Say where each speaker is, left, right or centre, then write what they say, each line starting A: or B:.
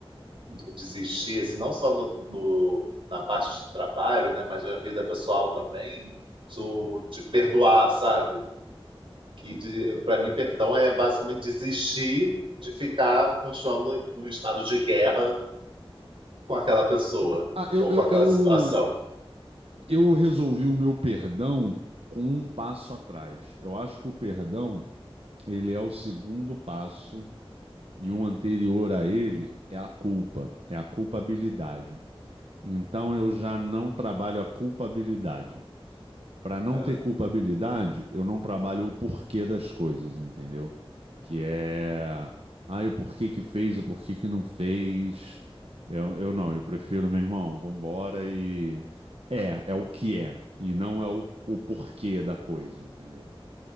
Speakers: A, on the right; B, on the right.
A: do desistir, esse, não só no, no- na parte de trabalho, né? Mas na vida pessoal também, do, de perdoar, sabe? que para mim perdão é basicamente desistir de ficar continuando num estado de guerra com aquela pessoa
B: Ah, eu,
A: ou
B: eu,
A: com aquela
B: eu,
A: situação.
B: eu resolvi o meu perdão com um passo atrás. Eu acho que o perdão, ele é o segundo passo e um anterior a ele é a culpa, é a culpabilidade. Então eu já não trabalho a culpabilidade. Para não
A: É,
B: ter culpabilidade, eu não trabalho o porquê das coisas, entendeu? Que é, ah, o porquê que fez, o porquê que não fez. Eu, eu não, eu prefiro, meu irmão, vambora e é, é o que é, e não é o, o porquê da coisa, entendeu?